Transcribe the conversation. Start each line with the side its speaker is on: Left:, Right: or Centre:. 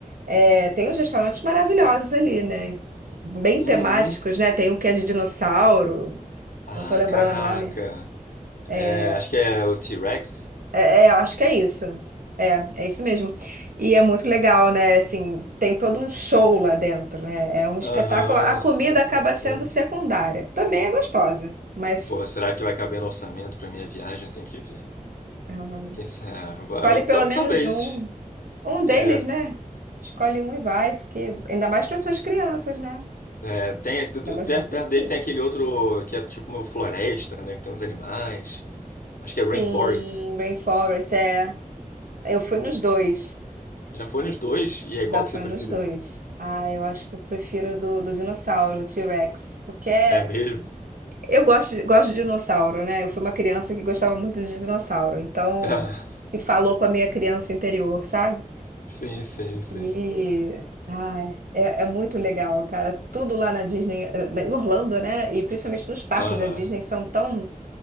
Right: É, tem uns restaurantes maravilhosos ali, né? Bem
Left: Uhum.
Right: temáticos, né? Tem um que é de dinossauro,
Left: Ah,
Right: não tô lembrando
Left: caraca.
Right: o nome. É,
Left: É, acho que é o T-Rex.
Right: é, é, eu acho que é isso. É, é isso mesmo. E é muito legal, né? Assim, tem todo um show lá dentro, né? É um espetáculo.
Left: Aham,
Right: A comida
Left: sim, sim,
Right: acaba
Left: sim.
Right: sendo secundária. Também é gostosa, mas
Left: Pô, será que vai caber no orçamento pra minha viagem? Tem que ver.
Right: ai,
Left: Quem sabe? Vai-
Right: escolhe pelo
Left: tal-
Right: menos
Left: Talvez.
Right: um. Um deles,
Left: É,
Right: né? Escolhe um e vai, porque ainda mais para suas crianças, né?
Left: é, tem, perto,
Right: Elas
Left: perto
Right: vão curtir.
Left: dele tem aquele outro que é tipo uma floresta, né? Que tem uns animais. Acho que é Rainforest.
Right: Sim, Rainforest, é. Eu fui nos dois.
Left: Já foi nos dois? E aí,
Right: Já
Left: qual
Right: fui
Left: que você preferiu?
Right: nos dois. Ah, eu acho que eu prefiro do, do dinossauro, o T-Rex. Porque é-
Left: É mesmo? <laughs>
Right: eu gosto, de- gosto de dinossauro, né? Eu fui uma criança que gostava muito de dinossauro. Então,
Left: Ah,
Right: que falou com a minha criança interior, sabe?
Left: sim, sim, sim.
Right: E, ai, é, é muito legal, cara. Tudo lá na Disney, eh, em Orlando, né? E principalmente nos parques
Left: Aham.
Right: da Disney são tão.